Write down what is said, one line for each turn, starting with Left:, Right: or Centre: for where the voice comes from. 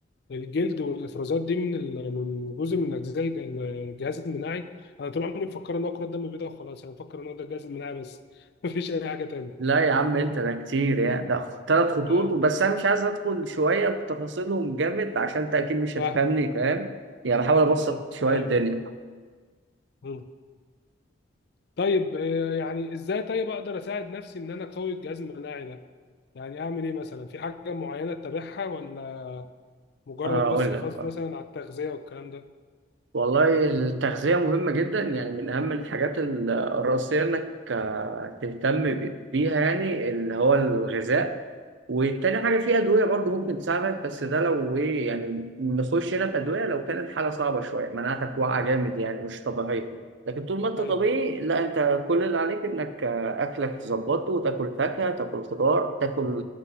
Left: الجلد والافرازات دي من ال... من جزء من اجزاء الج- الجهاز المناعي انا طول عمري مفكر ان هو كرات دم بيضاء وخلاص انا مفكر ان هو ده الجهاز المناعي بس <laughs> مفيش اي حاجه تانية
Right: لا يا عم انت ده كتير
Left: مم.
Right: يعني ده ثلاث خطوط
Left: اه
Right: وبس انا مش عايز ادخل شويه بتفاصيلهم جامد عشان انت اكيد مش
Left: فاهم
Right: هتفهمني فاهم
Left: مم.
Right: يعني بحاول ابسط
Left: مم.
Right: شويه
Left: ايوه
Right: الدنيا
Left: مم. طيب آه، يعني ازاي طيب اقدر اساعد نفسي ان انا اقوي الجهاز المناعي ده يعني اعمل ايه مثلا في حاجه معينه اتبعها ولا مجرد
Right: آه، اقول
Left: بس حفاظ
Right: لك
Left: مثلا على التغذيه والكلام ده
Right: والله التغذية مهمة جدا يعني من أهم الحاجات ال- الرئيسية إنك آه، تهتم ب- بيها يعني اللي هو الغذاء
Left: امم
Right: والتاني حاجة في أدوية برضو ممكن تساعدك بس ده لو إيه يعني نخش هنا بأدوية لو كانت حالة صعبة شوية مناعتك واقعة جامد يعني مش طبيعية لكن طول ما أنت
Left: ايوه
Right: طبيعي لا أنت كل اللي عليك إنك آه، أكلك تظبطه وتاكل فاكهة تاكل خضار تاكل